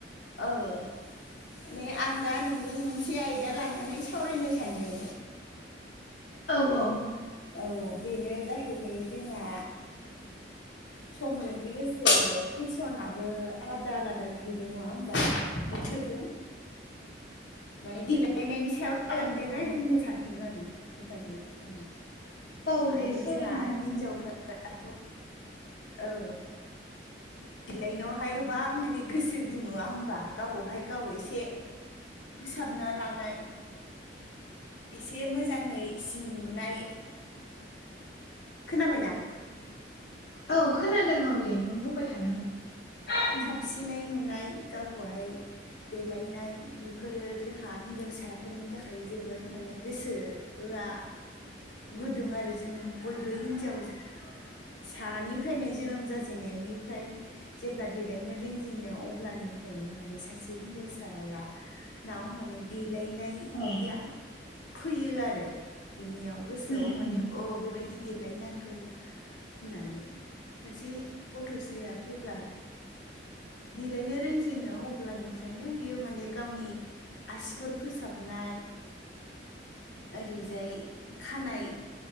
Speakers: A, on the left (about 80°); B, on the left (about 60°).
A: औ माने आं दा नोंजों मोनसे आयदा लानानै सावरायनो सानदों
B: औ औ
A: औ बेनो जाहैबाय जोंना
B: <unintelligible>
A: समजों लोगोसे फेसनाबो आलादा आलादा जाहैबाय नङा होमबा बोथोरजों माने देलायनायनि सायाव लानानै
B: औ औ
A: रायज्लायनो सानदों आं नोंथां नोंथां
B: औ
A: माने
B: दे सावरायनो
A: जोंहा
B: हागोन
A: हिन्जावफोरा औ <unintelligible> गोबां माने गोसो बुं नाङा होमबा गावखौहाय गाव एसे फोसाबना लानाय एसे मोजाङै सिन नुनाय खोनाबायना
B: औ खोनादों औ दे नों बुंबाय थानो हागोन
A: साबसिन नुनाय गावखौहाय देलायनाय बेफोरो जोंहा हिनजावसाफोरनि थाखाय जोबोद माने गोसो आ गुदुं आरो जों बयबो हिन्जाव फिसानिफ्रायनो जोनोम जाजेननायनिफ्राय जेब्ला देलायनो रोंजेनो अब्लानिफ्रायनो माने सासे हिनजावसाया ाव माने देलायनाया
B: औ
A: फैयो आरो बिनियाव गोसोआव
B: उम
A: माने
B: उम
A: अ बेबायदि देलायनांगौ होननानै सासे गथ'साया जेब्ला देलायनो रोंजेनो अब्लानिफ्रायनो बियो माने गावनि आससिखुर फोसाबनाय ओरैजाय खानाय